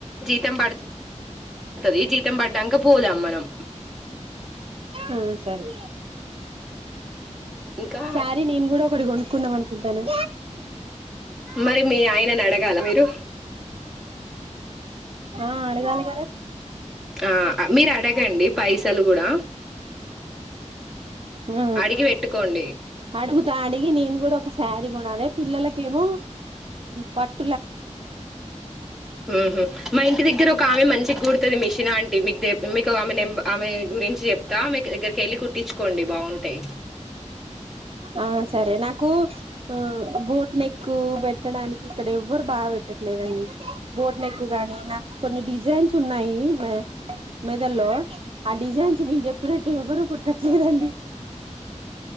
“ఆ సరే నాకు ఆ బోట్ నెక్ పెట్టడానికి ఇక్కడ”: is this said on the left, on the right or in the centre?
Right